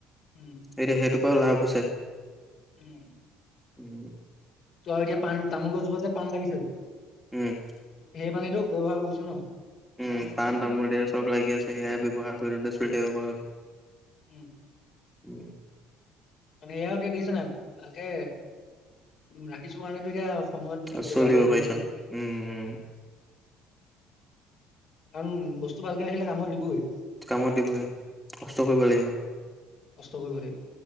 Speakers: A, on the left (about 45°); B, in the centre.
A: উম,
B: এতিয়া সেইটো পৰাও লাভ হৈছে।
A: উম।
B: উম।
A: তই এতিয়া পাণ তামোল গছজোপা যে পণ লাগিছিল
B: উম।
A: সেই পাণতোত ব্যৱহাৰ কৰিছো ন।
B: উম পাণ তামোল দিয়ে চব লাগি আছে সেয়া ব্যৱহাৰ কৰিতে চলি থাকিব পৰা গৈছে।
A: উম।
B: উম
A: মানে এয়াও এতিয়া দিছোঁ নাই ভালকে ৰাখিছো এতিয়া। সময়
B: আৰু
A: ব্যৱহাৰ
B: চলিব
A: কৰিব পাৰিছোঁ।
B: পাৰিছা উম, উম
A: কাৰণ বস্তু ভালকে ৰাখিলে কামত দিবই।
B: কামত দিবই কষ্ট কৰিব লাগিব।
A: কষ্ট কৰিব লাগিব